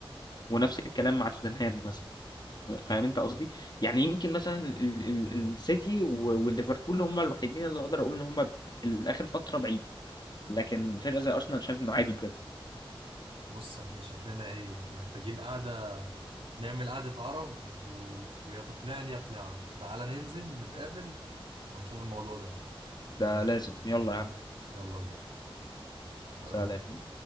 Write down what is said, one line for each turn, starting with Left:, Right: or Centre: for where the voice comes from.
Left: ونفس الكلام مع توتنهام مثلا فاهم انت قصدي يعني يمكن مثلا ال- ال- السيتي و- والليفربول هم الوحيدين اللي اقدر اقول ان هم الاخر فتره بعيد لكن فرقه زي ارسنال شايف انه عادي بجد
Right: بص احنا شكلنا ايه محتاجين قعدة نعمل قعدة عرب و... ويا تقنعني يقنعك فتعالى ننزل نتقابل ونشوف الموضوع ده
Left: ده لازم يلا يا عم
Right: يلا بينا سلام
Left: سلام